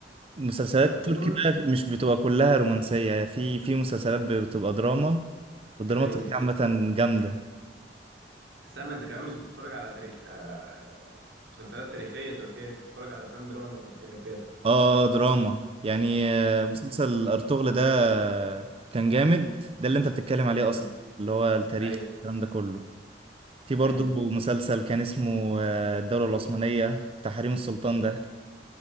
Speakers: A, on the right (about 35°); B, on the right (about 85°).
A: مسلسلات
B: ارطغرل
A: التركي بقى في- مش بتبقى كلها رومانسية في في مسلسلات بتبقى دراما والدراما
B: في تاريخ
A: التركية عامة جامدة
B: استنى انت كمان مش بتتفرج على تاريخ آه، مسلسلات تاريخيه تركيه أنت بتتفرج على افلام دراما تركيه بجد
A: اه دراما يعني آه، مسلسل أرطغرل ده كان جامد ده اللي انت بتتكلم عليه
B: امم
A: اصلا اللي هو التاريخ
B: ايوه
A: الكلام ده كله في برضو
B: ايوه
A: مسلسل كان اسمه آه، الدولة العثمانية بتاع حريم السلطان ده